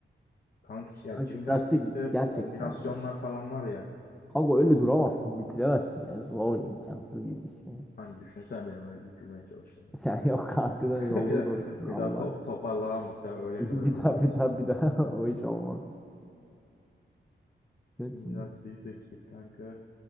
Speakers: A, on the left (about 55°); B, in the centre.
A: Kanka işte ya
B: Kanka
A: jimnastikte
B: jimnastik gerçekten
A: kombinasyonlar
B: zor.
A: falan var ya.
B: Kanka öyle duramazsın, bükülemezsin. Yani zor, imkansız gibi bir şey.
A: Hani düşünsene benim öyle bükülmeye çalıştığımı.
B: <laughs> Sen yok kankadan
A: <laughs>
B: yolda
A: Bir de,
B: zor.
A: bir
B: Allah.
A: daha top, toparlamam muhtemelen
B: <laughs>
A: öyle
B: Bir
A: kalır ömrüm
B: daha bir
A: sonuna
B: daha bir
A: kadar.
B: daha <laughs> o hiç olmaz. Ne
A: Jimnastiği
B: jimnastik?
A: seçtik kanka.